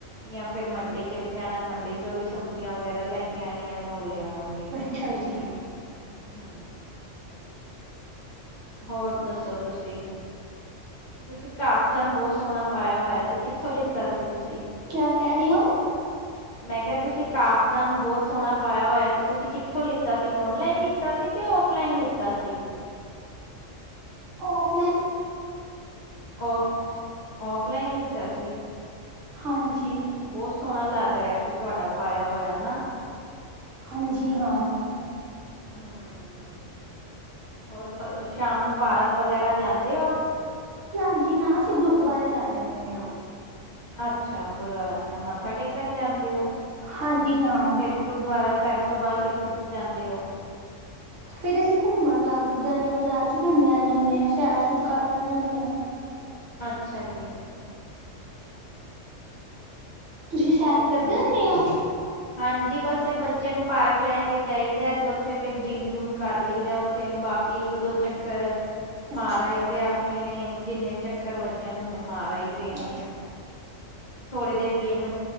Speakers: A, on the left; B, on the right.
A: ਜਾ ਫਿਰ ਮੰਡੀੇ ਚਲੇ ਜਾਣਾ। ਮੰਡੀ 'ਚੋ ਵੀ ਸਬਜ਼ੀਆਂ ਵਗੈਰਾ ਲੈ ਕੇ ਆਂਣੀਆਂ ਨੇ ਉਹ ਲੈ ਆਵਾਂਗੇ।
B: ਅੱਛਾ ਜੀ।
A: ਹੂੰ। ਹੋਰ ਦੱਸੋ ਤੁਸੀਂ? ਤੁਸੀਂ ਕਾਫਤਨ ਬਹੁਤ ਸੋਹਣਾ ਪਾਇਆ ਹੋਇਆ ਸੀ। ਕਿੱਥੋਂ ਲਿੱਤਾ ਸੀ ਤੁਸੀਂ?
B: ਕਿਆ ਕਹਿ ਰਹੇ ਓ!
A: ਮੈਂ ਕਿਹਾ ਤੁਸੀਂ ਕਾਫਤਨ ਬਹੁਤ ਸੋਹਣਾ ਪਾਇਆ ਹੋਇਆ ਸੀ। ਤੁਸੀਂ ਕਿੱਥੋਂ ਲਿੱਤਾ ਸੀ ਔਨਲਾਈਨ ਲ ਔਫਲਾਈਨ ਲਿੱਤਾ ਸੀ ਕਿ ਐਨ ਲਾਇਨ ਲਿੱਤਾ ਸੀ।
B: ਔਫ।
A: ਔਫ-ਔਫਲਾਈਨ ਲੀਤਾ ਸੀ।
B: ਹਾਂਜੀ।
A: ਬਹੁਤ ਸੋਹਣਾ ਲੱਗ ਰਿਹਾ ਸੀ ਤੁਹਾਡਾ ਪਾਇਆ ਹੋਇਆ ਨਾ।
B: ਹਾਂਜੀ- ਹਾਂ।
A: ਹੂੰ, ਹੋਰ ਸ਼ਾਮ ਨੂੰ ਪਾਰਕ ਵਗੈਰਾ ਜਾਂਦੇ ਓ।
B: ਨਾਂਜੀ, ਨਾ ਅਸੀਂ ਗੁਰਦੁਆਰੇ ਜਾਂਦੇ ਹੁਨੇ ਆ।
A: ਅੱਛਾ, ਗੁਰਦੁਆਰਾ ਸਾਹਿਬ ਮੱਥਾ ਟੇਕਣ ਜਾਂਦੇ ਓ।
B: ਹਾਂਜੀ- ਹਾਂ।
A: ਗੁਰਦੁਆਰਾ ਸਾਹਿਬ ਤੋਂ ਬਾਅਦ ਕਿੱਥੇ ਕਿ ਜਾਂਦੇ ਓ?
B: ਫੇਰ ਅਸੀਂ ਘੁੰਮਣ ਲੱਗ ਜਾਨੇ ਆ ਬਜ਼ਾਰ ਚ ਘੁੰਮੇ ਆਉਣੇ ਹੁੰਦੇ ਆ। ਸੈਰ - ਸੂਰ ਕਰ ਲੈਂਦੇ
A: <unintelligible>
B: ਹੁੰਦੇ ਹਾਂ।
A: ਅੱਛਾ ਜੀ।
B: ਤੁਸੀਂ ਸੈਰ
A: ਹੋਰ
B: ਕਰਦੇ
A: ਸੁਣ, ਤੁਸੀਂ
B: ਹੁੰਦੇ
A: ਪਾਠ ਕਰਦੇ
B: ਹੋ?
A: ਹੁੰਦੇ ਓ? ਹਾਂਜੀ ਬਸ ਇਹ ਬੱਚੇ ਨੂੰ ਪਾਰਕ ਲੈ ਕੇ ਜਾਈਦਾ ਤੇ ਉੱਥੇ ਫਿਰ ਜਿੰਮ-ਜੁਮ ਕਰ ਲਈਦਾ। ਤੇ ਬਾਕੀ ਇੱਕ ਦੋ ਚੱਕਰ।
B: ਅੱਛਾ
A: ਮਾਰ ਆਈਦੇ
B: ਜੀ,
A: ਆਪਣੇ ਜਿੰਨੇ ਚੱਕਰ ਵੱਜਣ ਓਨੇ ਮਾਰ ਆਈ ਦੇ ਦੇ ਨੇ।
B: ਅੱਛਾ।
A: ਥੋੜ੍ਹੀ ਦੇਰ ਜਿੰਮ,